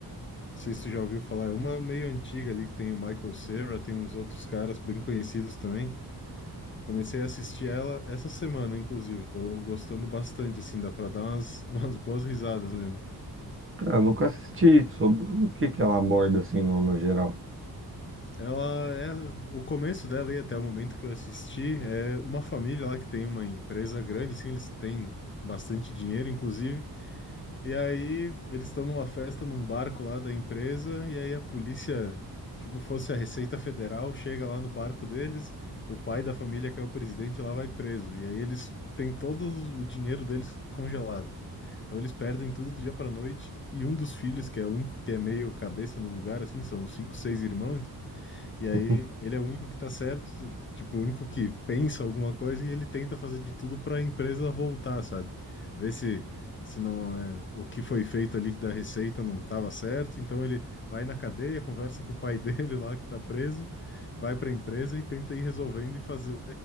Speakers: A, on the left; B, on the right.
A: Não sei se tu já ouviu falar, é uma meio antiga ali que tem o Michael Cera, tem uns outros caras bem conhecidos também. Comecei a assistir ela essa semana, inclusive. Tô gostando bastante, assim, dá pra dar umas, <laughs> umas boas risadas mesmo.
B: Cara, eu nunca assisti. Sobre o que que ela aborda, assim, no, no geral.
A: Ela é o começo dela e até o momento que eu assisti é uma família lá que tem uma empresa grande, assim, eles têm bastante dinheiro, inclusive. E aí eles estão numa festa num barco lá da empresa e aí a polícia, tipo, fosse a Receita Federal, chega lá no barco deles, o pai da família que é o presidente lá vai preso. E aí eles têm todo o dinheiro deles congelado. Então eles perdem tudo do dia para noite e um dos filhos, que é o único que é meio cabeça no lugar, assim, são cinco, seis irmãos. E aí
B: <laughs>
A: ele é o único que tá certo, tipo, o único que pensa alguma coisa e ele tenta fazer de tudo para a empresa voltar, sabe? Ver se se não é, o que foi feito ali da receita não estava certo, então ele vai na cadeia, conversa com o pai <laughs> dele lá que tá preso, vai para a empresa e tenta ir resolvendo e fazer